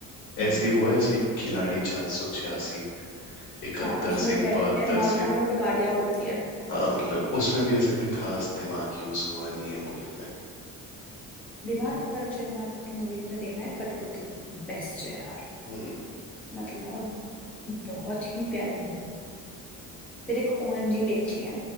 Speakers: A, in the centre; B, on the left (about 70°).
A: हम्म
B: ऐसी वो है इसके खिलाड़ी सात सौ छियासी इकहत्तर
A: हाँ उसमें
B: सिंह
A: पैर
B: बहत्तर
A: मारता
B: सिंह
A: है और गाड़ियां उड़ती है
B: हाँ मतलब उसमें भी ऐसा कोई खास दिमाग यूज हुआ नहीं है मूवी में
A: दिमाग
B: बट
A: अगर अक्षय कुमार की मूवीज में देखना है कठपुतली बेस्ट है यार
B: हम्म
A: मतलब बहुत ही प्यारी मूवी है फिर एक ओएमजी भी अच्छी है